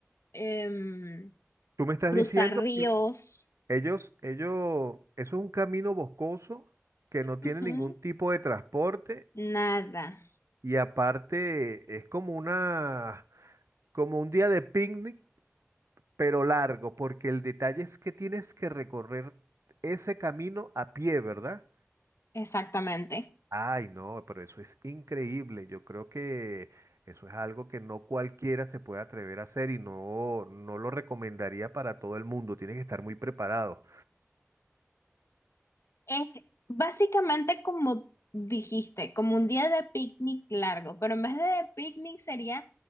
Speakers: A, on the left (about 70°); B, on the right (about 75°).
A: em,
B: Tú me estás
A: cruzar
B: diciendo
A: ríos,
B: Ellos, ellos, eso es un camino boscoso que no tiene
A: Ujú.
B: ningún tipo de transporte
A: nada,
B: y aparte es como una, como un día de picnic, pero largo, porque el detalle es que tienes que recorrer ese camino a pie, ¿verdad?
A: exactamente.
B: Ay, no, pero eso es increíble. Yo creo que eso es algo que no cualquiera se puede atrever a hacer y no, no lo recomendaría para todo el mundo. Tienes que estar muy preparado.
A: Es básicamente como dijiste, como un día de picnic largo, pero en vez de picnic sería